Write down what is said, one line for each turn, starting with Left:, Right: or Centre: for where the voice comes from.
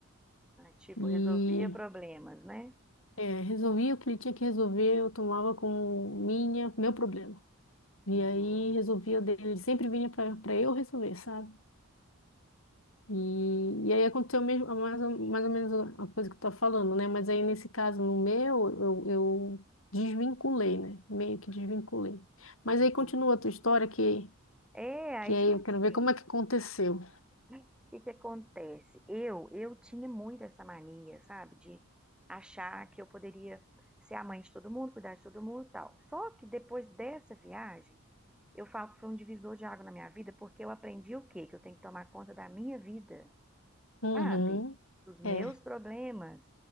Centre: Tipo,
Left: E
Centre: resolvia problemas, né?
Left: é, resolvia o que ele tinha que resolver, eu tomava como minha, meu problema. E
Centre: Uhum,
Left: aí resolvia o dele, ele sempre vinha para para eu resolver, sabe? E, e aí aconteceu mesmo, mais, ou- mais ou menos a coisa que tu tá falando, né? Mas aí nesse caso, no meu, eu, eu desvinculei, né? Meio que desvinculei. Mas
Centre: uhum.
Left: aí continua a tua história, que,
Centre: É, aí
Left: que aí
Centre: tipo
Left: eu
Centre: assim,
Left: quero ver como é que aconteceu.
Centre: o que que acontece? Eu, eu tinha muito essa mania, sabe? De achar que eu poderia ser a mãe de todo mundo, cuidar de todo mundo e tal. Só que depois dessa viagem, eu falo que foi um divisor de água na minha vida, porque eu aprendi o quê? Que eu tenho que tomar conta da minha vida.
Left: Uhum.
Centre: sabe? Dos meus
Left: É,
Centre: problemas.